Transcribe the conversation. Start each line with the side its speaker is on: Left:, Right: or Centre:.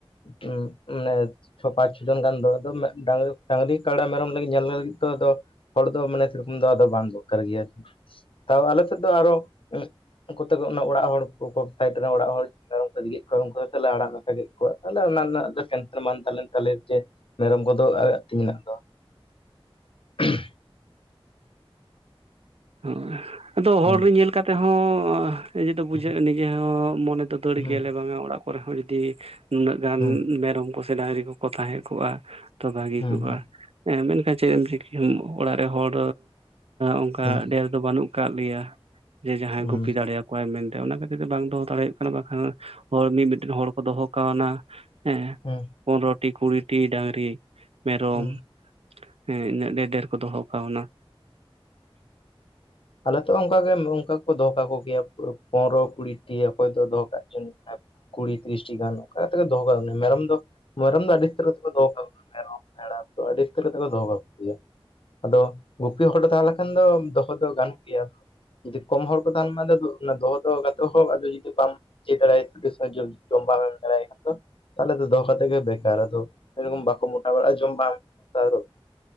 Left: ᱾ <unintelligible> ᱪᱷᱚ ᱯᱟᱸᱪ ᱪᱷᱚ ᱡᱚᱱ ᱜᱟᱱ ᱫᱚᱦᱚ ᱫᱚ ᱰᱟᱝᱨᱤ ᱠᱟᱲᱟ ᱢᱮᱨᱚᱢ ᱞᱟᱹᱜᱤᱫ ᱧᱮᱞ ᱞᱟᱹᱜᱤᱫ ᱫᱚ ᱦᱚᱲ ᱢᱟᱱᱮ ᱥᱮᱨᱚᱠᱚᱢ ᱫᱚ ᱟᱫᱚ ᱵᱟᱝ ᱫᱚᱨᱠᱟᱨ ᱜᱮᱭᱟ, ᱛᱟᱣ ᱟᱞᱮ ᱥᱮᱫ ᱫᱚ ᱟᱨᱚ ᱩᱱᱠᱩ ᱠᱚᱛᱮᱠ ᱚᱲᱟᱜ ᱦᱚᱲ ᱠᱚᱭᱮᱵ ᱥᱟᱭᱤᱴ ᱚᱲᱟᱜ ᱦᱚᱲ ᱢᱮᱨᱚᱢ ᱠᱚ ᱤᱫᱤ ᱠᱮᱫ ᱠᱚᱣᱟ ᱚᱱᱠᱟ ᱠᱟᱛᱮᱫ ᱞᱮ ᱟᱲᱟᱜᱼᱟ ᱾ ᱨᱮᱜᱮᱡ ᱠᱚᱣᱟ ᱛᱟᱦᱮ, ᱚᱱᱟ ᱨᱮᱱᱟᱜ ᱫᱚ ᱴᱮᱱᱥᱮᱱ ᱵᱟᱝ ᱛᱟᱦᱮᱸᱞᱮᱱ ᱛᱟᱦᱮ ᱡᱮ ᱢᱮᱨᱚᱢ ᱠᱚᱫᱚ ᱟᱭᱟᱜ ᱛᱤᱧ ᱨᱮᱱᱟᱜ ᱫᱚ᱾ <unintelligible>
Right: ᱦᱚᱭ ᱟᱫᱚ ᱦᱚᱲ
Left: ᱦᱩᱸ
Right: ᱨᱮᱱ ᱧᱮᱞ ᱠᱟᱛᱮ ᱦᱚᱸ ᱱᱤᱡᱮ ᱫᱚ ᱵᱩᱡᱷᱟᱹᱜᱼᱟ
Left: ᱦᱩᱸ
Right: ᱱᱤᱡᱮ ᱦᱚᱸ ᱢᱚᱱᱮ ᱫᱚ ᱫᱟᱹᱲ ᱜᱮᱭᱟᱞᱮ
Left: ᱦᱩᱸ
Right: ᱵᱟᱝ ᱟ ᱚᱲᱟᱜ ᱠᱚᱨᱮ ᱦᱚᱸ ᱡᱩᱫᱤ ᱩᱱᱟᱹᱜ ᱜᱟᱱ
Left: ᱦᱩᱸ
Right: ᱢᱮᱨᱚᱢ ᱠᱚᱥᱮ, ᱰᱟᱝᱨᱤ ᱠᱚᱠᱚ ᱛᱟᱦᱮᱸ ᱠᱚᱜᱼᱟ ᱛᱚ ᱵᱷᱟᱹᱜᱤ
Left: ᱦᱩᱸ
Right: ᱠᱚᱜᱼᱟ
Left: ᱦᱩᱸ
Right: ᱾ ᱦᱸ ᱢᱮᱱᱠᱷᱟᱱ ᱪᱮᱫ ᱮᱢ ᱪᱤᱠᱤ ᱚᱲᱟᱜ ᱨᱮ ᱦᱚᱲ ᱚᱱᱠᱟ
Left: ᱦᱩᱸ
Right: ᱰᱷᱮᱨ ᱵᱟᱹᱱᱩᱜ ᱠᱟᱜ ᱞᱮᱭᱟ ᱡᱮ ᱡᱟᱦᱟᱸᱭ
Left: ᱦᱩᱸ
Right: ᱜᱩᱯᱤ ᱫᱟᱲᱮᱭᱟᱠᱚ ᱠᱚᱣᱟᱭ ᱢᱮᱱᱛᱮ, ᱟᱫ ᱚᱱᱟ ᱠᱷᱟᱹᱛᱤᱨ ᱛᱮ ᱵᱟᱝ ᱫᱚᱦᱚ ᱫᱟᱲᱮ ᱦᱩᱭᱩᱜ ᱠᱟᱱᱟ ᱵᱟᱠᱷᱟᱱ ᱦᱚᱲ ᱢᱤᱫᱴᱮᱱ ᱦᱚᱲ ᱠᱚ ᱫᱚᱦᱚ ᱠᱟᱣᱱᱟ ᱦᱮᱸ
Left: ᱦᱩᱸ
Right: ᱯᱚᱱᱨᱚᱴᱤ, ᱠᱩᱲᱤᱴᱤ ᱰᱟᱝᱨᱤ, ᱢᱮᱨᱚᱢ
Left: ᱦᱩᱸ
Right: ᱾ ᱦᱮᱸ ᱤᱱᱟᱹᱜ ᱰᱷᱮᱨ ᱰᱷᱮᱨ ᱠᱚ ᱫᱚᱦᱚ ᱠᱟᱶᱱᱟ ᱾
Left: ᱟᱞᱮ ᱛᱚ ᱚᱱᱠᱟᱜᱮ ᱚᱱᱠᱟᱭ ᱫᱚᱦᱚ ᱠᱟᱠᱚ ᱜᱮᱭᱟ ᱯᱚᱱᱚᱨᱚ, ᱠᱩᱲᱤᱴᱤ ᱚᱠᱚᱭ ᱫᱚ ᱫᱚᱦᱚ ᱠᱟᱜ ᱪᱚ ᱠᱩᱲᱤ ᱛᱤᱨᱤᱥᱴᱤ ᱜᱟᱱ ᱚᱱᱠᱟ ᱠᱟᱛᱮ ᱫᱚᱦᱚ ᱠᱟᱜ ᱚᱱᱟ ᱢᱮᱨᱚᱢ ᱫᱚ ᱢᱮᱨᱚᱢ ᱫᱚ ᱟᱹᱰᱤ ᱩᱛᱟᱹᱨ ᱛᱮᱠᱚ ᱫᱚᱦᱚ ᱠᱟᱜ ᱠᱚᱣᱟ ᱢᱮᱨᱚᱢ, ᱯᱮᱲᱟ ᱠᱚ ᱟᱹᱰᱤ ᱩᱛᱟᱹᱨ ᱠᱟᱛᱮ ᱠᱚ ᱫᱚᱦᱚ ᱠᱟᱠᱩᱶᱟ ᱟᱫᱚ ᱜᱩᱯᱤ ᱦᱚᱲ ᱫᱚ ᱞᱮᱠᱷᱟᱱ ᱫᱚᱼᱼ ᱫᱚᱦᱚ ᱫᱚ ᱜᱟᱱ ᱜᱮᱮᱭᱟ ᱡᱩᱫᱤ ᱠᱚᱢ ᱦᱚᱲ ᱠᱚ ᱛᱟᱦᱮᱱ ᱢᱟ ᱫᱚᱦᱚ ᱫᱚᱛᱮ ᱦᱠ ᱟᱫᱚ ᱡᱩᱫᱤ ᱵᱟᱢᱼᱼ ᱡᱮ ᱫᱟᱨᱟᱭ ᱛᱮ ᱵᱤᱥᱚᱡᱡᱩᱱ ᱥᱚᱢᱵᱟᱨ ᱨᱮ ᱫᱟᱨᱟᱭ ᱠᱟᱱᱫᱚ ᱛᱟᱦᱚᱞᱮ ᱫᱚᱦᱚ ᱠᱟᱛᱮᱜ ᱜᱮ ᱵᱮᱠᱟᱨ ᱟᱫᱚ ᱥᱮᱨᱚᱠᱚᱢ ᱵᱟᱠᱚ ᱢᱚᱴᱟ ᱵᱟᱲᱟᱜᱼᱟ ᱡᱚᱢ ᱵᱟᱝ ᱮᱢ ᱠᱟᱛᱮᱫ ᱟᱨᱚ ᱛᱚᱼᱼ